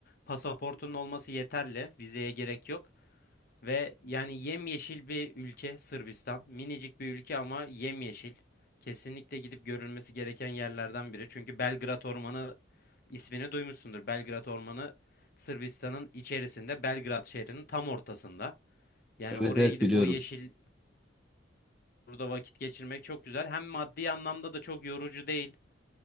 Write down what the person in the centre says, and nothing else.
Evet
evet
biliyorum.